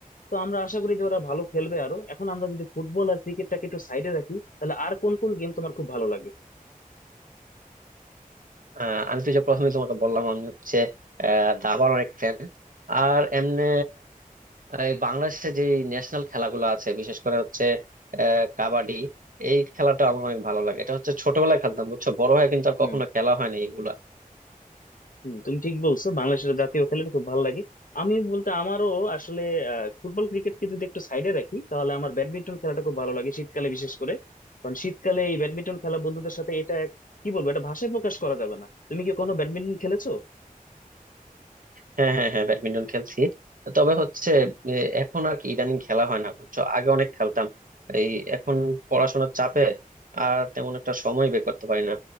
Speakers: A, on the left; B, on the right.
A: তো আমরা আশা করি যে ওরা ভালো খেলবে আরো এখন আমরা যদি ফুটবল আর ক্রিকেটটাকে একটু সাইডে রাখি তাহলে আর কোন কোন গেম তোমার খুব ভালো লাগে
B: আহ, আমি তো যে প্রথমে তোমাকে বললাম আমি হচ্ছে আহ, দাবার অনেক ফ্যান আর এমনি এই বাংলাদেশে যে ন্যাশনাল খেলাগুলো আছে বিশেষ করে হচ্ছে আহ, কাবাডি এই খেলাটা আমার অনেক ভালো লাগে এটা হচ্ছে ছোটবেলায় খেলতাম বুঝছো বড় হয়ে কিন্তু আর
A: হুম
B: কখনো খেলা হয়নি এইগুলা
A: হুম, তুমি ঠিক বলছো বাংলাদেশের জাতীয় খেলাটা খুব ভালো লাগে আমি বলতে আমারও আসলে আহ, ফুটবল ক্রিকেটকে যদি একটু সাইডে রাখি তাহলে আমার ব্যাডমিন্টন খেলাটা খুব ভালো লাগে শীতকালে বিশেষ করে কারণ শীতকালে এই ব্যাডমিন্টন খেলা বন্ধুদের সাথে এটা এক- কি বলবো এটা ভাষায় প্রকাশ করা যাবে না তুমি কি কোনো ব্যাডমিন্টন খেলেছো
B: হ্যাঁ হ্যাঁ হ্যাঁ ব্যাডমিন্টন খেলছি তবে হচ্ছে এ, এখন আর কি ইদানিং খেলা হয় না বুঝছো আগে অনেক খেলতাম এই এখন পড়াশোনার চাপে আর তেমন একটা সময় বের করতে পারি না